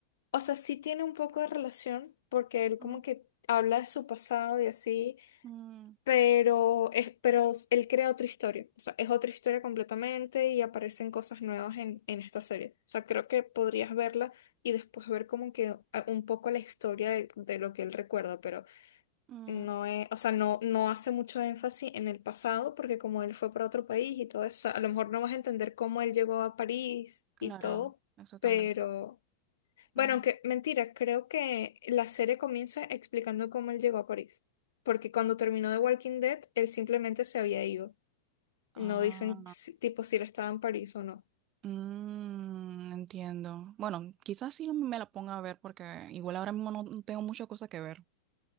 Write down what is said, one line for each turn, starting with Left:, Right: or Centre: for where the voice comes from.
Left: o sea, sí tiene un poco de relación porque él
Right: Mm,
Left: como que habla de su pasado y así
Right: mm,
Left: pero, es, pero él crea otra historia, o sea, es otra historia completamente y aparecen cosas nuevas en, en esta serie. O sea, creo que podrías verla y después ver como que eh, un poco la historia de, de lo que él recuerda, pero
Right: mm,
Left: no es, o sea, no, no hace mucho énfasis en el pasado porque como él fue para otro país y todo eso, o sea, a lo mejor no vas a entender cómo él llegó a París
Right: claro,
Left: y todo,
Right: exactamente.
Left: pero... Bueno,
Right: Mm.
Left: aunque mentira, creo que la serie comienza explicando cómo él llegó a París. Porque cuando terminó The Walking Dead, él simplemente se había ido.
Right: Ah,
Left: No dicen si- tipo si él estaba en París o no.
Right: mm, entiendo. Bueno, quizás sí me la ponga a ver porque igual ahora mismo no no tengo muchas cosas que ver.